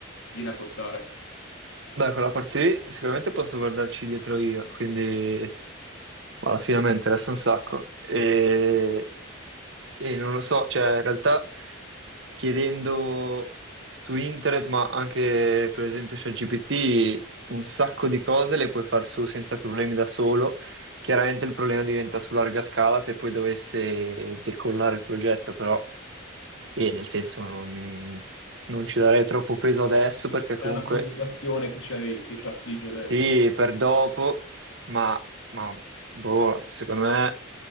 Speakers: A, on the left (about 75°); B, on the right (about 60°).
A: viene a costare.
B: Beh, quella parte lì sicuramente posso guardarci dietro io, quindi... boh, Alla fine mi interessa un sacco. E E non lo so, cioè in realtà chiedendo su internet, ma anche per esempio ChatGPT, un sacco di cose le puoi far su senza problemi da solo. Chiaramente il problema diventa su larga scala se poi dovesse decollare il progetto, però, e nel senso non, non ci darei troppo peso adesso perché
A: è
B: comunque
A: una preoccupazione che ci, che ci affligge adesso.
B: sì, per dopo, ma, ma, boh, secondo me